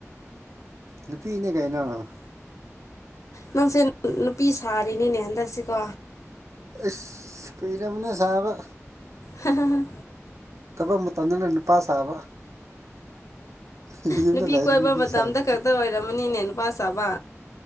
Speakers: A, on the right (about 75°); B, on the left (about 75°).
A: ꯅꯨꯄꯤꯅꯦ ꯀꯩꯅꯣ
B: ꯅꯪꯁꯦ ꯅꯨꯄꯤ ꯁꯥꯔꯤꯅꯤꯅꯦ ꯍꯟꯗꯛꯁꯤꯀꯣ
A: ꯑꯁ ꯀꯨꯢꯔꯕꯅꯦ ꯁꯥꯥꯕ
B: ꯍꯍꯍ
A: ꯊꯕꯛ ꯃꯇꯝꯗꯅ ꯅꯨꯄꯥ ꯁꯥꯕ ꯌꯨꯝꯗ
B: ꯅꯨꯄꯤ
A: ꯂꯩꯔꯗꯤ
B: ꯀꯣꯏꯕ ꯃꯇꯝꯗ
A: ꯁꯥꯕ
B: ꯈꯛꯇ ꯑꯣꯏꯔꯝꯃꯅꯤꯅꯦ ꯅꯨꯄꯥ ꯁꯥꯕ